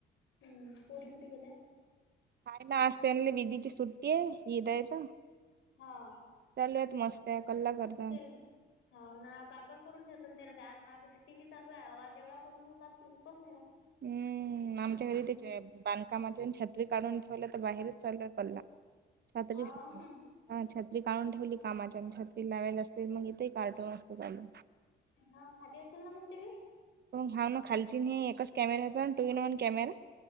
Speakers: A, on the left (about 75°); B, on the right (about 55°).
A: हम्म, पोरी कुठे गेल्या
B: हाये ना आज त्यांना इदीची सुट्टी ये, ईद हाये त.
A: हा.
B: चालूयेत मस्त आहे, कल्ला करत
A: तेल दे. हो व ना पागल करून ठेवतात, निरजा आरं मागं टीव्ही चालू आहे. आवाज एवढा करून ठेवतात की खूपच निरा
B: हम्म, आमच्या घरी
A: हम्म.
B: तेच आहे. बांधकामाच्यानं छत्री काढून ठेवली कल्ला तर बाहेरच चालूय कल्ला, सातळीत
A: हा
B: हा, छत्री काढून ठेवली कामाच्याहेनं. छत्री लावाले असती तर, मग इथेही कार्टून असते चालू.
A: हा, खाली असेल ना मग टिवी?
B: हाव ना खालची अन ही एकच कॅमेरा हाय ना, टू इन वन कॅमेरा.